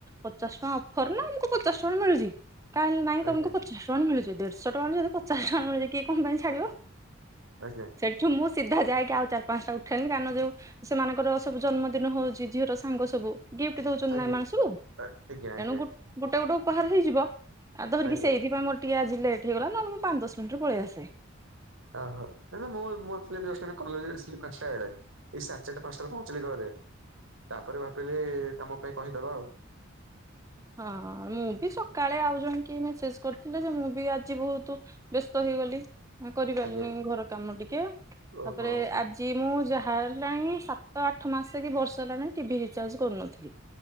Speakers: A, on the right; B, on the right.
A: ପଚାଶ ଟଙ୍କା ଅଫରନା ଆମକୁ ପଚାଶ ଟଙ୍କା ମିଳୁଚି କାଇଁ ନାଇଁ
B: ଆଜ୍ଞା
A: ତମକୁ ପଚାଶ ଟଙ୍କାରେ ମିଳୁଚି ଦେଢଶହ ଟଙ୍କା ଯଦି ପଚାଶ ଟଙ୍କା ମିଳୁଚି କିଏ କଁପାଇଁ ଛାଡିବ
B: ଆଜ୍ଞା।
A: ସେଠୁ ମୁଁ ସିଧା ଯାଇକି ଆଉ ଚାରି ପାଞ୍ଚଟା ଉଠେଇନି କାରଣ ଯୋଉ ସେମାନଙ୍କର ସବୁ ଜନ୍ମଦିନ ହଉଚି ଝିଅର ସା ସାଙ୍ଗ ସବୁ ଗିଫ୍ଟ ଦଉଛନ୍ତିନା
B: ଆଜ୍ଞା
A: ଏମାନେ ସବୁ ତେଣୁ
B: ଆ ଆଜ୍ଞା ଆଜ୍ଞା
A: ଗୁ ଗୋଟେ ଗୋଟେ ଉପହାର ହେଇଯିବ ଆଉ ଧରିକି
B: ଆଜ୍ଞା
A: ସେଇଥିପାଇ ମୋୟ ଟିକେ ଆଜି ଲେଟ୍ ହେଇଗଲା ନହେଲେ ମୁଁ ପାଞ୍ଚ ଦଶ ମିନିଟରେ ପଳେଇ ଆସି <unintelligible>
B: ଓହୋ ନା ନା ମୁଁ ମୁଁ ଆକ୍ଚୁଲି <unintelligible> ଆସିଲି ପାଞ୍ଚଟା ବେଳେ। ଏଇ ସାଢ଼େଚାରଟା ପାଞ୍ଚଟାରେ ପହଞ୍ଚିଲି ଘରେ ତାପରେ ଭାବିଲି ତମ ପାଇଁ କହିଦବା ଆଉ।
A: ହଁ ମୁଁବି ସକାଳେ ଆଉ ଜଣେ କିଏ ମେସେଜ୍ କରିଥିଲେ ଯେ, ମୁଁ ବି ଆଜି ବହୁତ୍ ବ୍ୟସ୍ତ ହେଇଗଲି କରିପାରିଲିନି
B: ଆଜ୍ଞା
A: ଘର କାମ ଟିକେ ତାପରେ
B: ଓହୋ
A: ଆଜି ଯି ମୁଁ ଯାହା ହେଲାଣି ସାତ ଆଠ ମାସକି ବର୍ଷେ ହେଲାଣି ଟିଭି ରିଚାର୍ଜ କରୁନଥିଲି।